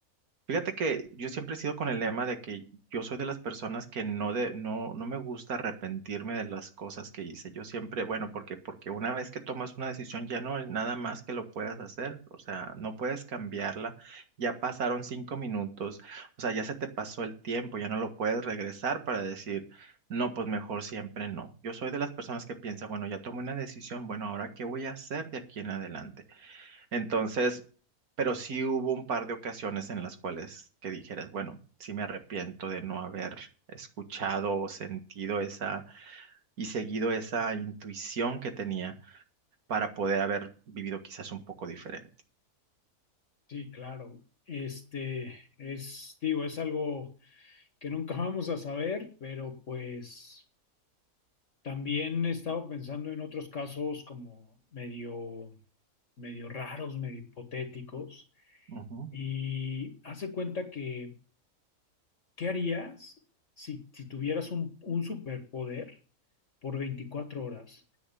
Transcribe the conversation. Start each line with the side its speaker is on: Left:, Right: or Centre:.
Right: Fíjate que yo siempre he sido con el lema de que yo soy de las personas que no de, no, no me gusta arrepentirme de las cosas que hice. Yo siempre, bueno, porque, porque una vez que tomas una decisión ya no hay nada más que lo puedas hacer, o sea, no puedes cambiarla. Ya pasaron cinco minutos, o sea, ya se te pasó el tiempo, ya no lo puedes regresar para decir, no, pues mejor siempre no. Yo soy de las personas que piensa, bueno, ya tomé una decisión, bueno, ahora ¿qué voy a hacer de aquí en adelante? Entonces, pero sí hubo un par de ocasiones en las cuales que dijeras, bueno, sí me arrepiento de no haber escuchado o sentido esa y seguido esa intuición que tenía para poder haber vivido quizás un poco diferente.
Left: Sí, claro. Este es, digo, es algo que nunca <laughs> vamos a saber, pero pues también he estado pensando en otros casos como medio, medio raros, medio hipotéticos.
Right: Ujú.
Left: Y hace cuenta que, ¿qué harías si, si tuvieras un, un superpoder por 24 horas?